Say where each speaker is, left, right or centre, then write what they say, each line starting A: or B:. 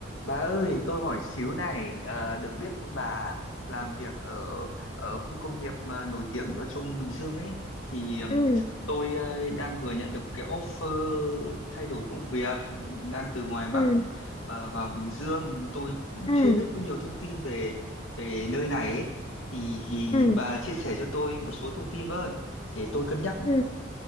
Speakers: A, on the left; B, on the left.
A: Bà ơi, tôi hỏi xíu này, ờ, được biết bà làm việc ở ở khu công nghiệp ờ, nổi tiếng ở trong Bình Dương ấy, thì ừm,
B: ừ
A: tôi ờ, đang vừa nhận được một cái offer thay đổi công việc, đang từ ngoài Bắc
B: ừ
A: ờ, vào Bình Dương, tôi cũng
B: ừ
A: chưa biết có nhiều thông tin về về nơi này ấy, thì, thì
B: ừ
A: bà chia sẻ cho tôi một số thông tin với, để tôi cân nhắc.
B: ừ.